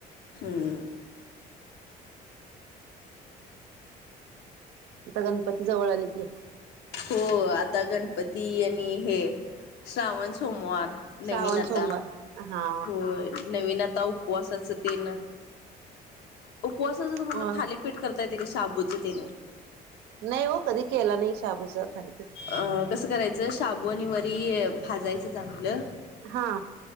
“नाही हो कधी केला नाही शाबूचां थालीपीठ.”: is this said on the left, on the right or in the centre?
Right